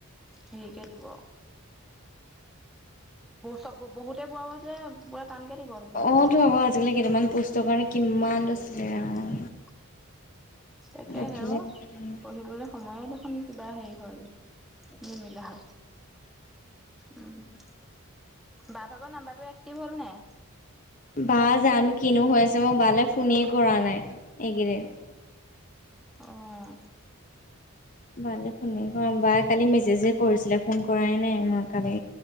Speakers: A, in the centre; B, on the left (about 35°).
A: হেৰি কে দিব বোৰ ছববোৰ বহুতে বোৱাব যে পুৰা টানকে দিব পেপাৰ
B: অ', তো আকৌ আজিকালি কেইটামান পুষ্টৰ কাৰণ কিমান লৈছিলে ৰাম।
A: উমঁ একে
B: দেখিলে
A: হেও
B: ক'ব লাগিব
A: পঢ়িবলৈ সময়ে দেখোন কিবা হেৰি হয়গে নিমিলা হয় উমঁ। বা ভাগৰ নাম্বাৰটো এক্টিভ হ'ল নাই
B: বা জানো কিনো হৈ আছে মই বালে ফোনে কৰা নাই এইকেইদিন।
A: অঁহ
B: বালে ফোনে কৰা নাই কালি মেছেজে কৰিছিলে ফোন কৰাই নাই মই কালি